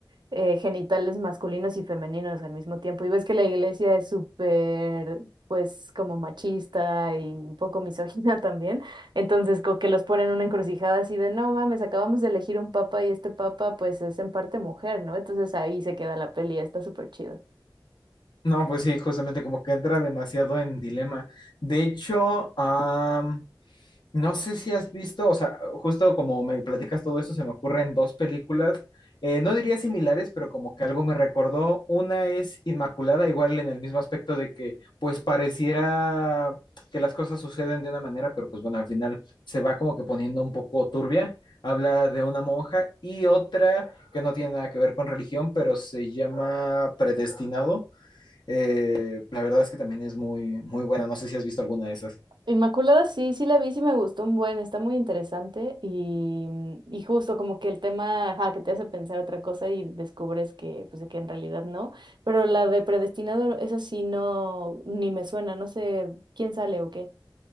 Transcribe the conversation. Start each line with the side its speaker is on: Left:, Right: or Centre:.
Right: eh, genitales masculinos y femeninos al mismo tiempo. Y ves que la iglesia es súper, pues, como machista y un poco misógina <laughs> también. Entonces, como que los ponen en una encrucijada así de, no mames, acabamos de elegir un papa y este papa, pues, es en parte mujer, ¿no? Entonces ahí se queda la peli, está súper chido.
Left: No, pues sí, justamente como que entra demasiado en dilema. De hecho, am, No sé si has visto, o sea, justo como me platicas todo eso, se me ocurren dos películas, eh, no diría similares, pero como que algo me recordó. Una es Inmaculada, igual en el mismo aspecto de que pues pareciera que las cosas suceden de una manera, pero pues bueno, al final se va como que poniendo un poco turbia. Habla de una monja y otra que no tiene nada que ver con religión, pero se llama Predestinado. Eh, la verdad es que también es muy, muy buena. No sé si has visto alguna de esas.
Right: Inmaculada, sí, sí la vi, sí me gustó un buen, está muy interesante y, mm, y justo como que el tema, ajá, que te hace pensar otra cosa y descubres que, pues, que en realidad no, pero la de predestinado, eso sí no, ni me suena, no sé quién sale o qué.